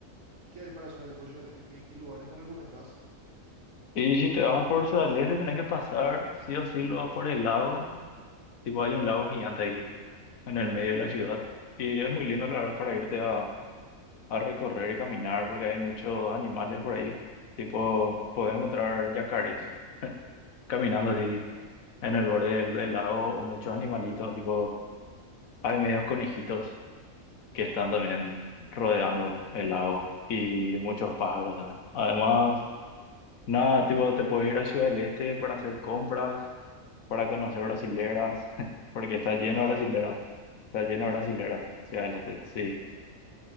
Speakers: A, on the right; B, on the left.
A: y qué hay para hacer allá por Ciudad del Este? ¿Qué, qué lugares me recomendás?
B: Y si te vas por Ciudad del Este, tenés que pasar sí o sí luego por el lago, tipo hay un lago gigante ahí en el medio de la ciudad. Y es muy lindo, la verdad, para irte a, a recorrer y caminar, porque hay muchos animales por ahí, tipo, puedes encontrar yacarés caminando así en el borde del, del lago o muchos animalitos, tipo, hay medios conejitos que están también rodeando el lago y muchos pájaros también. Además, nada, tipo, te puedes ir a Ciudad del Este para hacer compras, para conocer brasileras, <laughs> porque está lleno
A: <laughs> Ajá,
B: de brasileras, está lleno
A: en
B: de brasileras,
A: serio.
B: Ciudad del Este, sí.